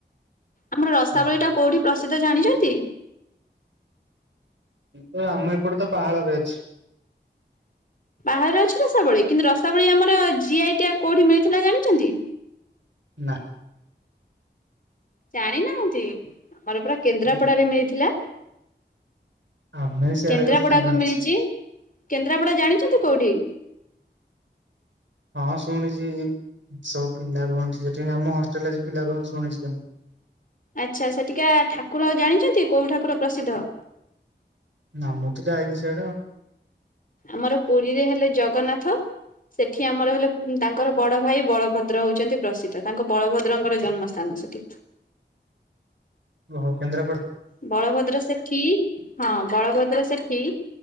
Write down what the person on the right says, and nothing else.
ଓହୋ।
ହଁ ଆମ ଏପଟେ ତ ପାହାଳରେ ଅଛି।
ନା।
ହୁଁ,
ଆମେ ସିଆଡେ
କଥା ଜାଣିନୁ
କିଛି।
ହଁ ଶୁଣିଛି ସବୁ ପିଲା ରୁହନ୍ତି ସେଠିନ ଆମ ହଷ୍ଟେଲରେ ଆସି ପିଲା ରୁହନ୍ତି ଶୁଣିଛି।
ନା ମୁଁ ତ ଯାଇନି ସାଡେ।
ଓ ହୋ କେନ୍ଦ୍ରାପଡ଼।